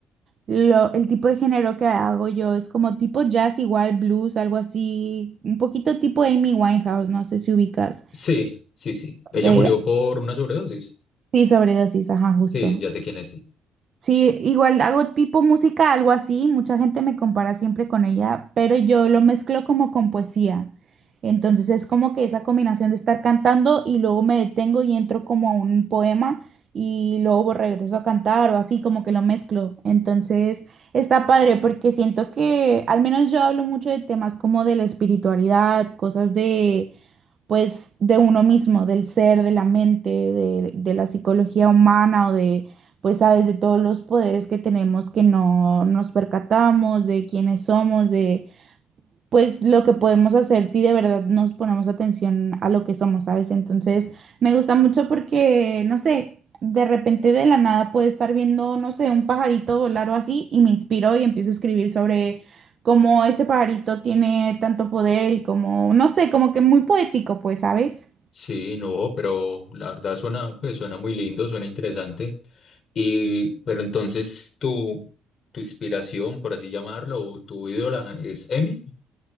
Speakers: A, on the right; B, on the left.
A: Lo, el tipo de género que hago yo es como tipo jazz, igual blues, algo así, un poquito tipo Amy Winehouse, no sé si ubicas.
B: Sí, sí, sí. Ella
A: De-
B: murió por una sobredosis.
A: sí, sobredosis, ajá, justo.
B: Sí, ya sé quién es, sí.
A: Sí, igual hago tipo música, algo así, mucha gente me compara siempre con ella, pero yo lo mezclo como con poesía. Entonces es como que esa combinación de estar cantando y luego me detengo y entro como a un poema y luego regreso a cantar o así, como que lo mezclo. Entonces está padre porque siento que al menos yo hablo mucho de temas como de la espiritualidad, cosas de pues de uno mismo, del ser, de la mente, de, de la psicología humana o de pues sabes de todos los poderes que tenemos que no nos percatamos, de quiénes somos, de pues lo que podemos hacer si de verdad nos ponemos atención a lo que somos, ¿sabes? Entonces me gusta mucho porque, no sé, de repente de la nada puedo estar viendo, no sé, un pajarito volar o así y me inspiro y empiezo a escribir sobre cómo este pajarito tiene tanto poder y como, no sé, como que muy poético, pues, ¿sabes?
B: Sí, no, pero la verdad suena, pues suena muy lindo, suena interesante. Y, pero entonces tu, tu inspiración, por así llamarlo, o tu ídola es Emi.